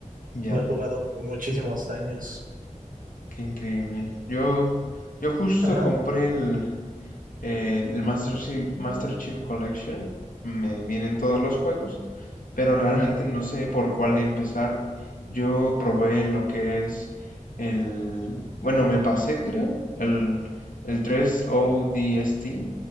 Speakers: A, on the left (about 85°); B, on the right (about 85°).
A: ya,
B: Lo he jugado por muchísimos años.
A: qué increíble. Yo, yo justo
B: Ajá,
A: compré el, eh, el Master Chief, Master Chief Collection, me vienen todos los juegos, pero realmente
B: ajá.
A: no sé por cuál empezar. Yo probé lo que es el, bueno, me pasé creo, el, el 3ODST,